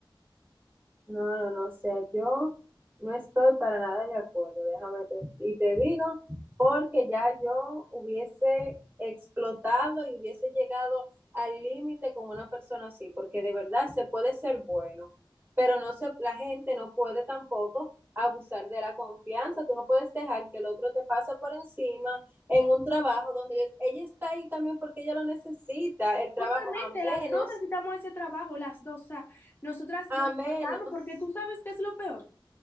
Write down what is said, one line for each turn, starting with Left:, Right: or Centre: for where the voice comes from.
Right: No, no, no, o sea, yo no estoy para nada de acuerdo, déjame te- y te digo, porque ya yo hubiese explotado y hubiese llegado al límite con una persona así, porque de verdad se puede ser bueno, pero no se, la gente no puede tampoco abusar de la confianza, tú no puedes dejar que el otro te pase por encima en un trabajo donde ella ella está ahí también porque ella lo necesita, el trabajo,
Left: Justamente,
Right: a
Left: las
Right: menos,
Left: dos necesitamos ese trabajo, las dos. O sea, nosotras
Right: a
Left: nos
Right: menos,
Left: matamos porque tú sabes qué es lo peor.